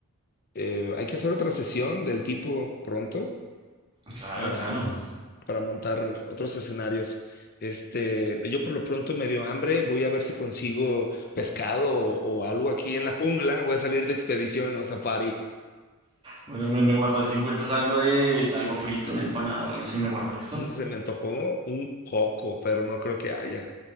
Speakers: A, on the left; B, on the right.
A: eh, hay que hacer otra sesión del tipo pronto
B: Claro,
A: para
B: claro.
A: para montar otros escenarios. Este, yo por lo pronto me dio hambre, voy a ver si consigo pescado o, o algo aquí en la jungla, voy a salir de expedición o safari.
B: Bueno, men, me guarda, si encuentras algo de algo frito, una empanada o algo así, me guarda, ¿listo?
A: Mm, Se me antojó un coco, pero no creo que haya.